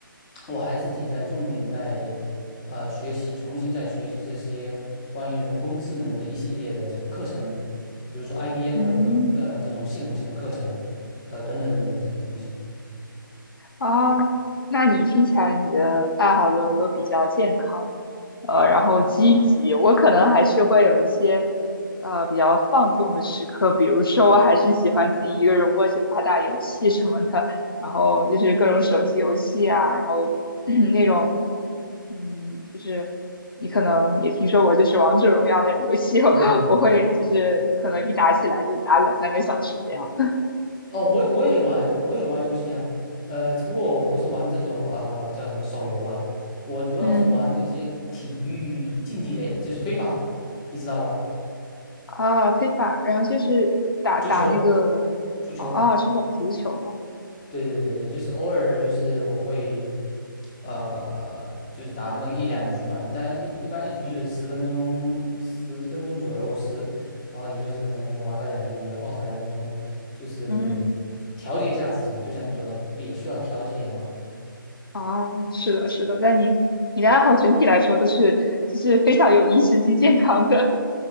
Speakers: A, on the left; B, on the left.
A: 我还自己在重点在呃学习，重新在学习这些关于人工智能的一系列的这个课程，比如说 IBM
B: 嗯。
A: 的各呃这种系统性的课程，呃等等等等这些东西。
B: 哦，那你听起来你的爱好就都比较健康，呃，然后积极。我可能还是会有一些，呃，比较放纵的时刻，比如说我还是喜欢自己一个人窝着打打游戏什么的，然后就是各种手机游戏啊，然后 <clears throat> 那种，嗯，就是你可能也听说过，就是王者荣耀那种游戏，
A: 嗯。
B: <laughs> 我会就是可能一打起来就打两三个小时这样的。
A: 哦，我我也玩呀，我也玩游戏啊，呃，只不过我不是玩这种呃叫什么手游吧，我主要是玩的一些体育竞技类的，
B: 嗯。
A: 就是非法，你知道吧？
B: 啊，非法，然后就是打打那个，
A: 足球，足球，
B: 哦哦，是网足球哦，
A: 对对对对，就是偶尔就是我会，呃，就是打那么一两局嘛，但一一般一局就是十分钟，十分钟左右十，然后也就是可能玩个两局就二十来分钟，就是
B: 嗯，
A: 调节一下自己吧，就像你说的，也需要调节嘛。
B: 哦，是的，是的，但你你的爱好整体来说都是就是非常有益身心健康的。